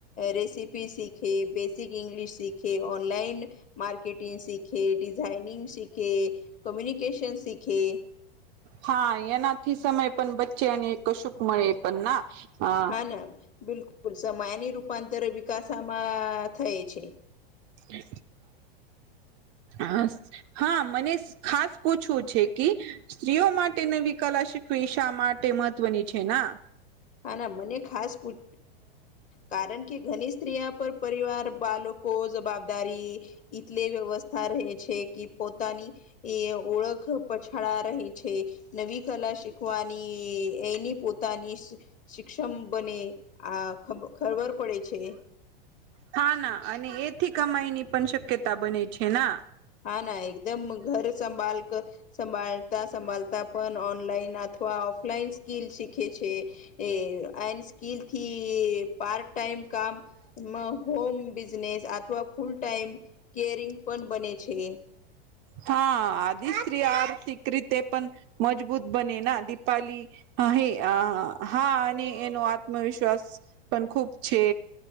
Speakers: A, on the left; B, on the right.
A: રેસીિપી સીખે બેસિક ગ્લિશ સીખે ઓનલાઈન માર્કરકેટિંગ શીખે ડિઝાઇનિંગ શીખે કમ્યુનિકેશન શીખે.
B: હા એનાથી સમય પણ બચ્ચેને કશુક મળે એ પણ ના
A: હા બિલકુલ સમયની રૂપાંતર વિકાસમાં થાય છે.
B: એ હ હા મને ખાસ પૂછવું છે કે સ્ત્રીઓ માટેને એ વી કલા શીખવી શા માટે મહત્વની છે ના
A: હા ના મને ખાસ પૂ કારણ કે ઘની સ્ત્રીિયા પર પરિવાર, બાળકો, જવાબદારી એટલે વ્યવસ્થા રહે છે, કે પોતાની. એ ઓળખ પછાડા રહી છે. નવી કલા શીખવાની એની પોતાની શિક્ષમ બને આ ખ ખરબર પડે છે.
B: હા ના અને એથી કમાઈની પણ શક્યતા બને છે ના
A: હા ના એકદમ ઘર સંભાળ કર સંભાળતા સંભાળતા પણ ઓનલાઈન અથવા ઓફલાઈન સ્કીલ શીખે છે. એ આ સ્કીલથી પાર્ટ ટાઈમ કામ. હોમ બિઝનેસ અથવા ફૂલ ટાઈમ કેરિંગ પણ બને છે.
B: હા આદિ સ્ત્રી આર્થિક રીતે પણ મજબૂત બને ના દિપાલી. હા હે હા અને એનો આત્મવિશ્વાસ પણ ખુબ છે.